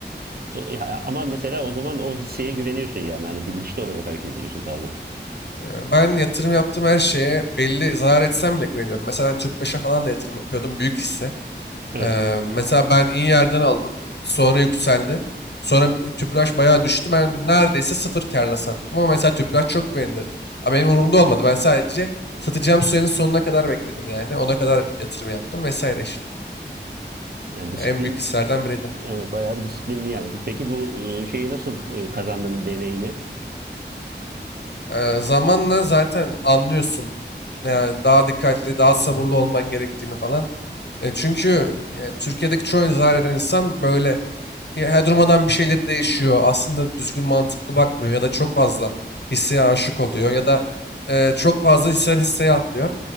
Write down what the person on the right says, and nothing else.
O- ya ama mesela o zaman o hisseye güveniyorsun yani hani bilinçli olarak hareket ediyorsun tamamen.
Evet.
Yani disiplin
Evet, bayağı bir disiplinli yani. Peki bu, eee, şeyi nasıl, eee, kazandın deneyimi?